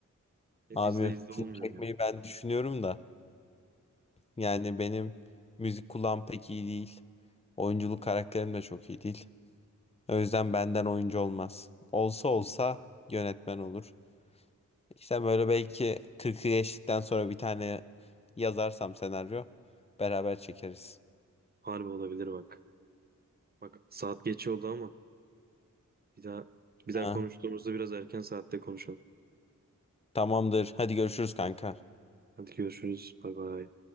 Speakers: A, on the right; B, on the left.
A: Hep
B: Abi
A: izle izle
B: film
A: olmuyor
B: çekmeyi
A: yani.
B: ben düşünüyorum da yani benim müzik kulağım pek iyi değil. Oyunculuk karakterim de çok iyi değil. O yüzden benden oyuncu olmaz. Olsa olsa yönetmen olur. İşte böyle belki 40'ı geçtikten sonra bir tane yazarsam senaryo beraber çekeriz.
A: Harbi olabilir bak. Bak saat geç oldu ama bir daha bir daha
B: Ha,
A: konuştuğumuzda biraz erken saatte konuşalım.
B: tamamdır. Hadi görüşürüz kanka.
A: Hadi görüşürüz. Bay bay.